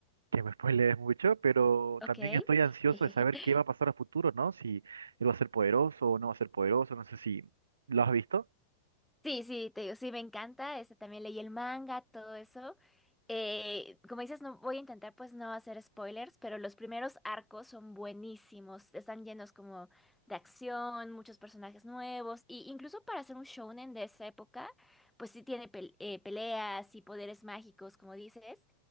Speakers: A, on the right; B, in the centre.
A: que me <laughs> spoilees mucho, pero
B: Ok.
A: también estoy ansioso
B: <laughs>
A: de saber qué va a pasar a futuro, ¿no? Si él va a ser poderoso o no va a ser poderoso, no sé si... ¿Lo has visto?
B: Sí, sí, te digo, sí, me encanta. Este, también leí el manga, todo eso. Eh, como dices, no voy a intentar pues no hacer spoilers, pero los primeros arcos son buenísimos. Están llenos como de acción, muchos personajes nuevos. Y incluso para hacer un shounen de esa época, pues sí tiene pel- eh, peleas y poderes mágicos, como dices